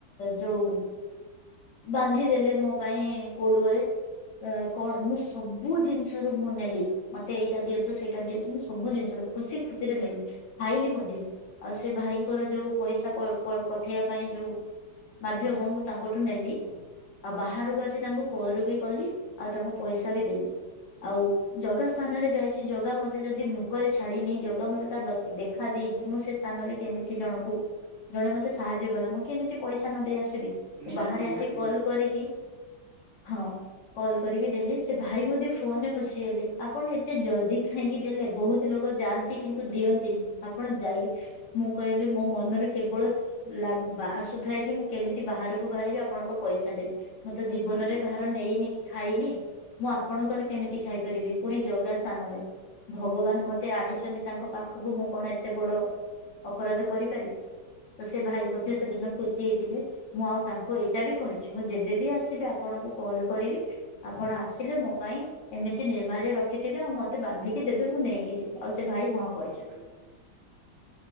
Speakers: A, on the left (about 70°); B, on the right (about 70°).
A: ଯୋଉ ବାନ୍ଧି ଦେଲେ ମୋ ପାଇଁ କୋଡୁଅରେ। ଅ କଣ ମୁଁ ସବୁ ଜିନିଷରୁ ମୁଁ ନେଲି ମତେ ଏଇଟା ଦିଅନ୍ତୁ ସେଇଟା ଦିଅନ୍ତୁ ମୁଁ ସବୁ ଜିନିଷ ଖୁସି ଖୁସିରେ ନେଲି ଖାଇଲି ମଧ୍ୟ ଆଉ ସେ ଭାଇଙ୍କର ଯୋଉ ପଇସା ପ-ପ-ପଠେଇବା ପାଇଁ ଯୋଉ ମାଧ୍ୟମ ମୁଁ ତାଙ୍କଠୁ ନେଲି ଆଉ ବାହାରକୁ ଆସି ତାଙ୍କୁ କଲ ବି କଲି ଆଉ ତାଙ୍କୁ ପଇସା ବି ଦେଲି। ଆଉ ଜଗା ସ୍ଥାନରେ ଯାଇଛି ଜଗା ମୋତେ ଯଦି ଭୋକରେ ଛାଡିନି ଜଗା ମୋତେ ତା ଦେଖା ଦେଇ ମୁଁ ସେ ସ୍ଥାନରେ କେମିତି ଜଣକୁ ଜଣେ ମୋତେ ସାହାଯ୍ୟ କଲା ମୁଁ କେମିତି ପଇସା ନ ଦେଇ ଆସିବି
B: ନିହାତି
A: ମୁଁ ବାହାରେ
B: ନିହାତି
A: ଆସିକି କଲ
B: ନି
A: କରିକି ହଁ। କଲ୍ କରିକି ଦେଲି ସେ ଭାଇ ମଧ୍ୟ ଫୋନରେ ଖୁସି ହେଲେ ଆପଣ ଏତେ ଜଲଦି କାହିଁକି ଦେଲେ ବହୁତ ଲୋକ ଯାଆନ୍ତି କିନ୍ତୁ ଦିଅନ୍ତିନି ଆପଣ ଯାଇ ମୁଁ କହିଲି ମୋ ମନରେ କେବଳ ଲାଗୁ ଆସୁଥାଏ କି ମୁଁ କେମିତି ବାହାରକୁ ବାହାରିବି ଆପଣଙ୍କ ପଇସା ଦେବି। ମୁଁ ତ ଜୀବନରେ
B: ଆଜ୍ଞା
A: କାହାର ନେଇନି କି ଖାଇନି ମୁଁ ଆପଣଙ୍କର କେମିତି ଖାଇପାରିବି ପୁଣି ଜଗା ସ୍ଥାନରେ ଭଗବାନ ମୋତେ ଆଣିଛନ୍ତି ତାଙ୍କ ପାଖକୁ ମୁଁ କଣ ଏତେ ବଡ ଅପରାଧ କରିପାରିବି <inaudible> ତ ସେ ଭାଇ ମଧ୍ୟ ସେଦିନ ଖୁସି ହେଇଥିଲେ ମୁଁ ଆଉ ତାଙ୍କୁ ଏଇଟା ବି କହିଛି ମୁଁ ଯେବେବି ଆସିବି ଆପଣଙ୍କୁ କଲ୍ କରିବି ଆପଣ ଆସିଲେ ମୋ ପାଇଁ ଏମିତି ନିର୍ମାଲ୍ୟ ରଖିଥିବେ ଆଉ ମତେ ବାନ୍ଧିକି ଦେବେ। ମୁଁ ନେଇକି ଯିବି ଆଉ ସେ ଭାଇ ହଁ କହିଛନ୍ତି।
B: ଆଜ୍ଞା